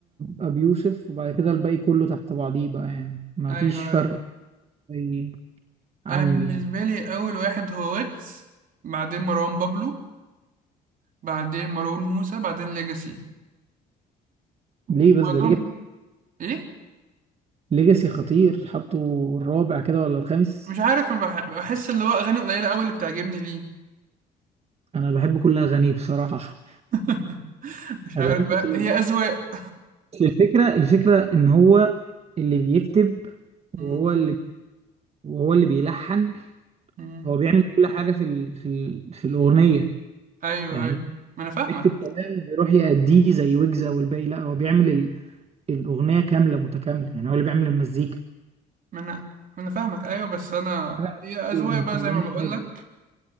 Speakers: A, on the right; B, on the right.
A: أبي يوسف وبعد كده الباقي كله تحت بعضيه بقى يعني ما
B: ايوه
A: فيش
B: ايوه
A: فرق زي عندي
B: انا بالنسبه
A: يعني
B: لي اول واحد هو ويجز بعدين مروان بابلو بعدين مروان موسى بعدين ليجاسي بعدهم
A: ليه بس ده ليجاسي
B: ايه
A: ليجاسي خطير حطوا الرابع كده ولا الخامس
B: مش عارف ما بح- بحس اللي هو اغاني قليله قوي اللي بتعجبني ليه
A: أنا بحب كل أغانيه بصراحة
B: <laughs> مش
A: أغانيه
B: عارف بقى
A: خطيرة
B: هي اذواق
A: بس الفكرة الفكرة إن هو اللي بيكتب
B: مم.
A: وهو اللي وهو اللي بيلحن
B: مم.
A: هو بيعمل كل حاجة في ال... في ال... في الأغنية
B: ايوه
A: يعني
B: ايوه ما انا فاهمك
A: بيكتب كلام ويروح يأديه زي ويجز او الباقي لا هو بيعمل ال... الاغنيه كامله متكامله يعني هو اللي بيعمل المزيكا
B: ما انا ما انا فاهمك ايوه بس انا
A: حاجه
B: هي اذواق
A: اللي مخليني
B: بقى زي ما بقول
A: احبه
B: لك